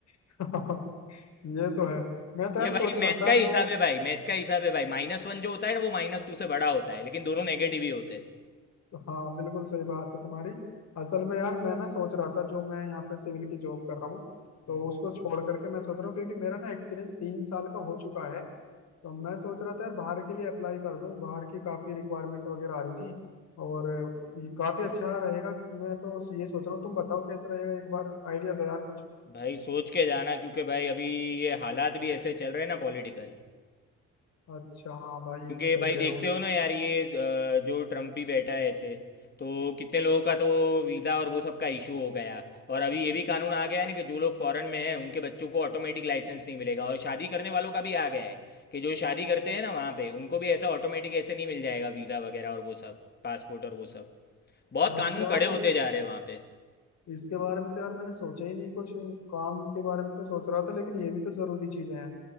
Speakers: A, on the left (about 60°); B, on the left (about 35°).
A: <laughs> ये तो है मैं तो यार
B: ये भाई
A: सोच रहा
B: मैथ्स
A: था
B: का ही हिसाब
A: जो
B: है भाई मैथ्स का हिसाब है भाई माइनस वन जो होता है ना वो माइनस टू से बड़ा होता है लेकिन दोनों नेगेटिव ही होते हैं
A: तो हाँ बिल्कुल सही बात है तुम्हारी असल में यार मैं ना सोच रहा था जो मैं यहाँ पे सिविल की जॉब कर रहा हूँ तो
B: हम्म।
A: उसको छोड़ करके मैं सोच रहा हूँ क्योंकि मेरा ना एक्सपीरियंस तीन साल का हो चुका है तो मैं सोच रहा था यार बाहर के लिए अप्लाई कर दूं बाहर की काफी रिक्वायरमेंट वगैरह आ रही थी और ये काफी अच्छा रहेगा मैं तो ये सोच रहा हूँ तुम बताओ कैसा रहेगा एक बार आइडिया दो यार कुछ
B: भाई सोच के जाना क्योंकि भाई अभी ये हालात भी ऐसे चल रहे हैं ना पॉलिटिकल
A: अच्छा हाँ भाई
B: क्योंकि
A: ये तो सही
B: भाई
A: कह
B: देखते
A: रहे हो
B: हो ना यार ये अ, जो ट्रम्प भी बैठा है ऐसे तो कितने लोगों का तो वीज़ा और वो सब का इशू हो गया और अभी ये भी कानून आ गया है ना कि जो लोग फॉरेन में हैं उनके बच्चों को ऑटोमेटिक लाइसेंस नहीं मिलेगा और शादी करने वालों का भी आ गया है कि जो शादी करते हैं ना वहाँ पे उनको भी ऐसा ऑटोमेटिक ऐसे नहीं मिल जाएगा वीज़ा वगैरह और वो सब पासपोर्ट और वो सब बहुत
A: अच्छा
B: कानून
A: यार
B: कड़े होते
A: इस,
B: जा रहे हैं वहाँ पे
A: इसके बारे में तो यार मैंने सोचा ही नहीं कुछ काम के बारे में तो सोच रहा था लेकिन ये भी तो जरूरी चीजें हैं